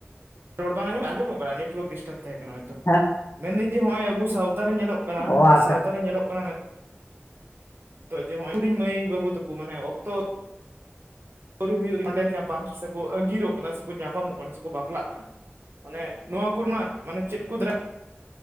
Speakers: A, on the right; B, on the left.
A: ᱨᱚᱲ ᱵᱟᱝ ᱟᱸᱡᱚᱢᱚᱜ ᱠᱟᱱᱟ ᱱᱮᱴᱳᱣᱟᱨᱠ ᱰᱤᱥᱴᱟᱯ ᱛᱟᱦᱮᱸ ᱠᱟᱱᱟ ᱦᱚᱭᱛᱚ
B: ᱦᱮᱸ
A: ᱢᱮᱱᱫᱟᱹᱧ ᱡᱮ ᱦᱚᱜᱚᱭ ᱟᱵᱚ ᱥᱟᱶᱛᱟ ᱨᱮ ᱧᱮᱞᱚᱜ ᱠᱟᱱᱟ
B: ᱚ ᱟᱪᱪᱷᱟ
A: ᱥᱟᱶᱛᱟ ᱨᱮ ᱧᱮᱞᱚᱜ ᱠᱟᱱᱟ᱾ ᱛᱚ ᱡᱮᱢᱚᱱ ᱦᱩᱸᱰᱤᱧ ᱢᱟᱹᱭ ᱵᱟᱹᱵᱩ ᱛᱟᱠᱚ ᱢᱟᱱᱮ ᱚᱠᱛᱚ ᱟᱣᱨᱤ ᱦᱩᱭᱩᱜ ᱨᱮᱜᱮ ᱠᱚᱰᱮᱞ ᱧᱟᱯᱟᱢ ᱥᱮᱠᱚ ᱟᱸᱜᱤᱨᱚᱜ ᱠᱟᱱᱟ ᱥᱮᱠᱚ ᱧᱟᱯᱟᱢᱚᱜ ᱠᱟᱱᱟ ᱥᱮᱠᱚ ᱵᱟᱹᱯᱞᱟᱜ ᱠᱟᱱᱟ ᱢᱟᱱᱮ ᱱᱚᱣᱟ ᱠᱚ ᱨᱮᱱᱟᱜ ᱢᱟᱱᱮ ᱪᱮᱫ ᱠᱚ ᱫᱟᱨᱟᱭ